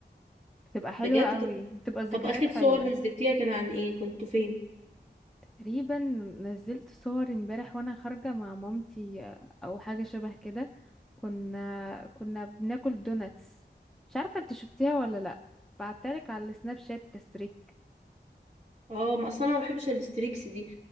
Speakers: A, in the centre; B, on the right.
A: بتبقى حلوة
B: بجد
A: قوي
B: طب
A: بتبقى ذكريات
B: طب آخر
A: حلوة
B: صور نزلتيها كان عن إيه كنتوا فين
A: تقريبا نزلت صور امبارح وانا خارجة مع مامتي آه، او حاجة شبه كده كنا كنا بناكل دوناتس مش عارفة انت شفتيها ولا لا بعتلك على السناب شات كستريك
B: اه ما اصلا انا ما بحبش الستريكس دي